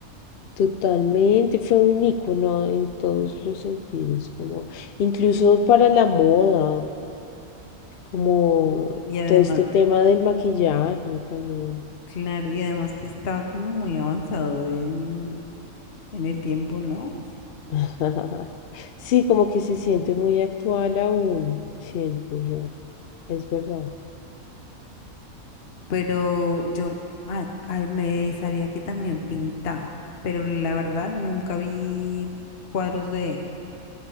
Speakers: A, on the left (about 70°); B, on the left (about 45°).
A: Totalmente, fue un icono en todos los sentidos, como incluso para la moda. como
B: y además,
A: todo este tema del maquillaje también.
B: claro, y además que estaba como muy avanzado en, en el tiempo, ¿no?
A: <laughs> Sí, como que se siente muy actual aún, siento yo, es verdad.
B: Pero yo ah, ah, me sabía que también pintaba, pero la verdad nunca vi cuadros de él.